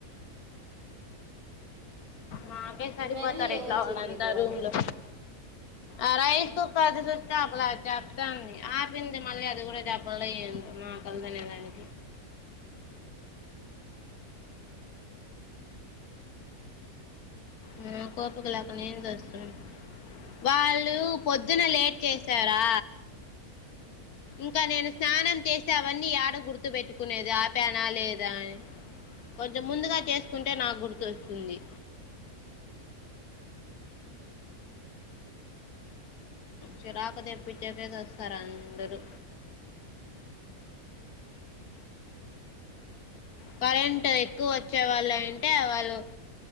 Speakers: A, on the left (about 80°); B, on the right (about 30°).
A: మాకే సరిపోతరు
B: మెన్లు
A: ఎట్లా
B: ఏమొచ్చింది
A: వాళ్ళు అంతా
B: మీకు
A: రూమ్ లో అరై అది చూస్త అప్పులా చెప్తాంది ఆపింది మళ్ళీ అది కూడా చెప్పాలేందో మా కల్దతెలీదు అది నాక్ కొపీక లేక నేన్ చస్తూన వాళ్ళు పొద్దున లేట్ చేసారా ఇంకా నేను స్నానం చేసావన్నీ ఏడ గుర్తు పెట్టుకునేది ఆపేనా లేదా అని కొంచెం ముందుగా చేసుకుంటే నాకు గుర్తోస్తుంది చిరాకు తెప్పించకేసి వస్తారు అందరుూ కరెంటు ఎక్కువ వచ్చే వాళ్ళు అంటే వాళ్ళు